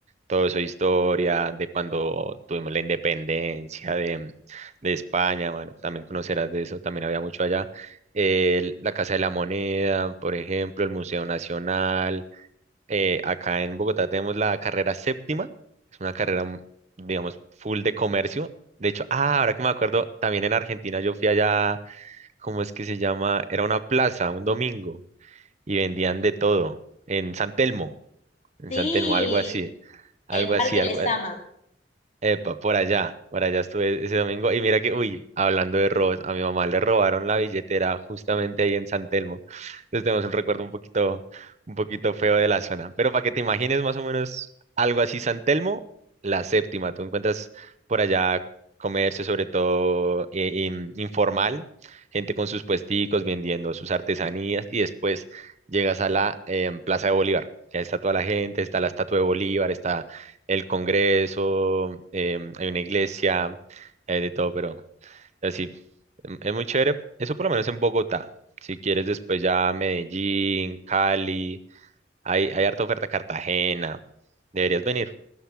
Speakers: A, on the right; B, on the left.
A: todo eso, historia de cuando tuvimos la independencia de, mm, de España, bueno, también conocerás de eso, también había mucho allá. El- la Casa de la Moneda, por ejemplo, el Museo Nacional. eh, acá en Bogotá tenemos la carrera séptima, es una carrera, mm, digamos, full de comercio. De hecho, ah, ahora que me acuerdo, también en Argentina yo fui allá, ¿cómo es que se llama? Era una plaza, un domingo, y vendían de todo, en San Telmo, en
B: Sí,
A: San Telmo, algo así. Algo
B: el Parque
A: así, algo.
B: Lesama.
A: Epa, por allá, por allá estuve ese domingo y mira que, uy, hablando de robos, a mi mamá le robaron la billetera justamente ahí en San Telmo. Entonces tenemos un recuerdo un poquito, un poquito feo de la zona. Pero para que te imagines más o menos algo así, San Telmo, la séptima, tú encuentras por allá comercio sobre todo eh, in- informal, gente con sus puesticos vendiendo sus artesanías y después llegas a la em, Plaza de Bolívar. que está toda la gente, está la estatua de Bolívar, está el Congreso, em, hay una iglesia, hay de todo, pero así, em, es muy chévere. Eso por lo menos en Bogotá. Si quieres después ya Medellín, Cali, hay, hay harta oferta Cartagena. Deberías venir.